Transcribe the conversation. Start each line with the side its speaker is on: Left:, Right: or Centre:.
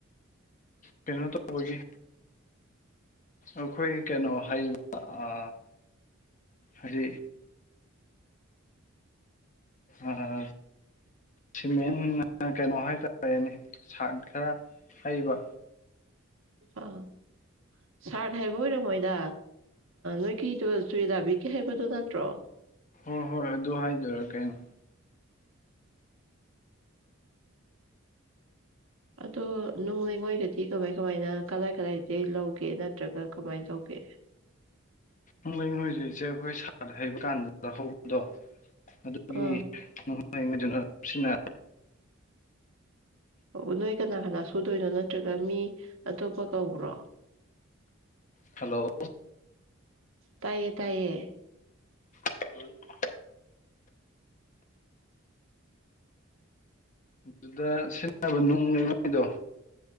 Left: ꯀꯩꯅꯣ ꯇꯧꯕꯒꯤ ꯑꯩꯈꯣꯏ ꯀꯩꯅꯣ ꯍꯩꯕ ꯑ ꯍꯥꯏꯗꯤ ꯑꯥ ꯁꯤꯃꯦꯟ ꯅ ꯀꯩꯅꯣ ꯍꯥꯏꯇꯥꯔꯦꯅꯦ ꯁꯥꯠ ꯈꯔ ꯍꯩꯕ
Right: ꯑꯥ ꯁꯥꯔꯠ ꯍꯥꯏꯕ ꯑꯣꯏꯔꯣ ꯃꯣꯏꯗ ꯅꯣꯏꯒꯤꯗꯣ ꯆꯨꯔꯦꯗꯥꯕꯤꯒꯤ ꯍꯥꯏꯕꯗꯨ ꯅꯠꯇ꯭ꯔꯣ
Left: ꯍꯣꯏ ꯍꯣꯏ ꯑꯗꯨ ꯍꯥꯏꯗꯣꯏꯔꯥ ꯀꯩꯅꯣ
Right: ꯑꯗꯣ ꯅꯨꯡ ꯂꯩꯉꯣꯏꯒꯗꯤ ꯀꯃꯥꯏ ꯀꯃꯥꯏꯅ ꯀꯗꯥꯥꯏ ꯀꯗꯥꯏꯗꯒꯤ ꯂꯧꯒꯦ ꯅꯠꯇ꯭ꯔꯒ ꯀꯃꯥꯏ ꯇꯧꯒꯦ
Left: ꯅꯣꯏꯅꯣꯏ ꯏꯆꯦ ꯖꯥꯈꯣꯏ ꯁꯥꯔ ꯍꯩꯕ ꯀꯥꯟꯗ ꯆꯍꯧꯕꯗꯣ ꯑꯗꯨꯒꯤ
Right: ꯑꯥ
Left: <unintelligible> ꯁꯤꯅ
Right: ꯑꯣ ꯅꯣꯏ ꯀꯅꯥ ꯀꯅꯥ ꯁꯨꯗꯣꯏꯅꯣ ꯅꯠꯇ꯭ꯔꯒ ꯃꯤ ꯑꯇꯣꯞꯄ ꯀꯧꯕ꯭ꯔꯣ
Left: ꯍꯜꯂꯣ
Right: ꯇꯥꯏꯌꯦ ꯇꯥꯏꯌꯦ
Left: <unintelligible> ꯑꯗꯨꯗ ꯁꯤꯖꯤꯟꯅꯕ ꯅꯨꯡ ꯂꯩꯉꯥꯏꯗꯣ